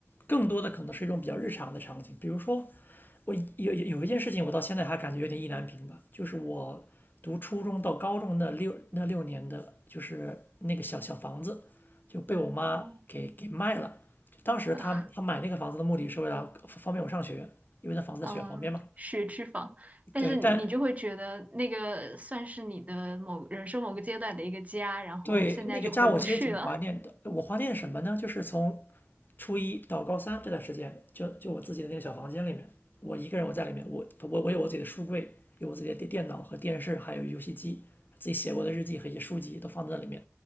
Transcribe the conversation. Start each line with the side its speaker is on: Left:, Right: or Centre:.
Left: 更多的可能是一种比较日常的场景，比如说我有有有一件事情，我到现在还感觉有点意难平吧，就是我读初中到高中那六那六年的，就是那个小小房子就被我妈给给卖了。
Right: 哦，
Left: 当时她她买那个房子的目的是为了方便我上学，
Right: <laughs>
Left: 因为那房子在学校旁边嘛。
Right: 嗯，学区房，但是你就会觉得那个算是你的某人生某个阶段的一个家，
Left: 对，但
Right: 然后现在就回不去了。
Left: 对，那个家我其实挺怀念的。我怀念什么呢？就是从初一到高三这段时间，就就我自己的那个小房间里面，我一个人我在里面，我我我有我自己的书柜，有我自己的电脑和电视，还有游戏机，自己写过的日记和一些书籍都放在里面。